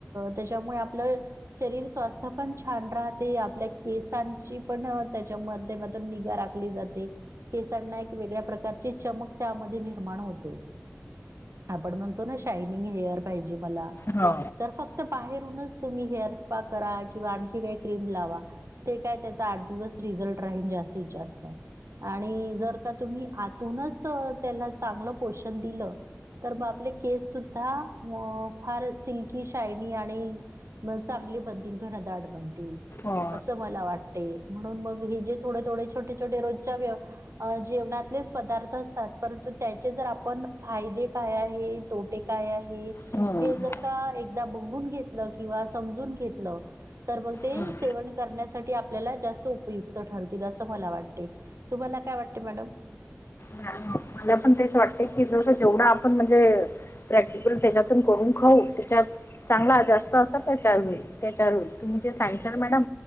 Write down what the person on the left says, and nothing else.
हा.
हो.
हम्म.
हम्म.
ह मला पण तेच वाटते की जसं जेवढा आपण म्हणजे प्रॅक्टिकल त्याच्यातून करून खाऊ त्याच्या चांगला जास्त असर त्याच्या त्यावर होईल. जे सांगितलं ना मॅडम,